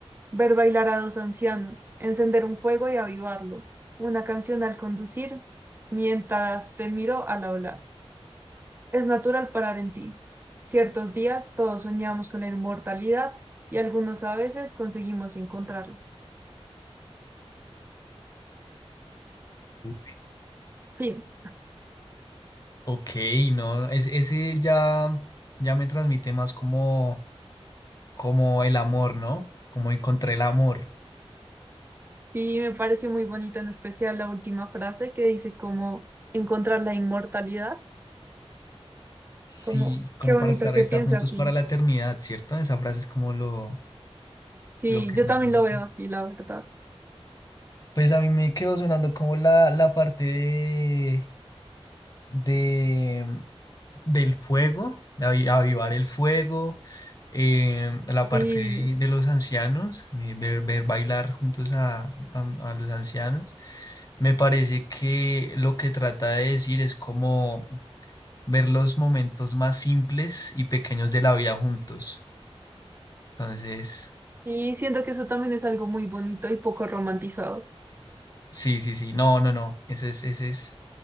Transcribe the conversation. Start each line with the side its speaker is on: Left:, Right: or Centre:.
Right: ver bailar a dos ancianos, encender un fuego y avivarlo, una canción al conducir, mientras te miro al hablar. Es natural parar en ti. Ciertos días todos soñamos con la inmortalidad y algunos a veces conseguimos encontrarla.
Left: Uy,
Right: Fin.
Left: Ok, no, es- ese ya, ya me transmite más como, como el amor, ¿no? Como encontré el amor.
Right: Sí, me parece muy bonita en especial la última frase que dice como encontrar la inmortalidad.
Left: Sí,
Right: Como,
Left: como
Right: qué bonito
Left: para estar,
Right: que
Left: estar
Right: piense
Left: juntos
Right: así.
Left: para la eternidad, ¿cierto? Esa frase es como lo,
Right: Sí,
Left: lo que
Right: yo
Left: transmite.
Right: también lo veo así, la verdad.
Left: Pues a mí me quedó sonando como la, la parte de, del fuego, de avi- avivar el fuego, eh, la
Right: Sí,
Left: parte de de los ancianos, de ver, ver bailar juntos a, a- a los ancianos. Me parece que lo que trata de decir es como ver los momentos más simples y pequeños de la vida juntos. Entonces,
Right: y siento que eso también es algo muy bonito y poco romantizado,
Left: sí, sí, sí, no, no, no, eso es, ese es,